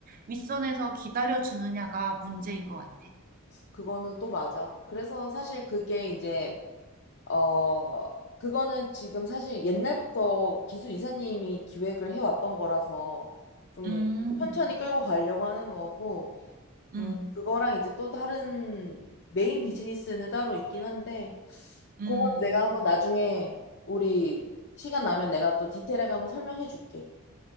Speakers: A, on the right; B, on the left.
A: 윗선에서 기다려 주느냐가 문제인 것 같아.
B: 그거는 또 맞아. 그래서 사실 그게 이제 어, 그거는 지금 사실 옛날부터 기술 이사님이 기획을 해왔던 거라서 좀
A: 음.
B: 천천히 끌고 가려고 하는 거고,
A: 음,
B: 음, 그거랑 이제 또 다른 메인 비즈니스는 따로 있긴 한데,
A: 음.
B: 그건 내가 한번 나중에 우리 시간 나면 내가 또 디테일하게 한번 설명해 줄게.